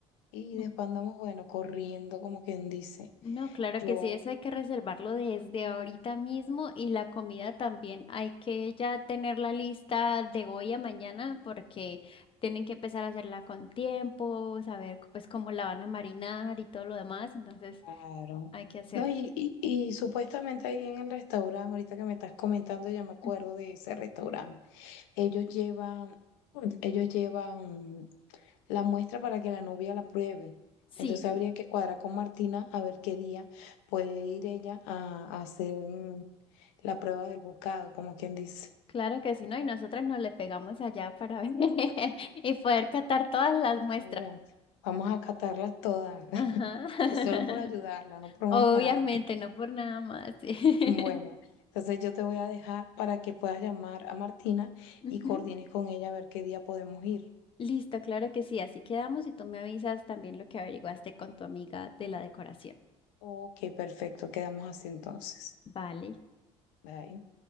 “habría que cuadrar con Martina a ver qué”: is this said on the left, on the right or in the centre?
Left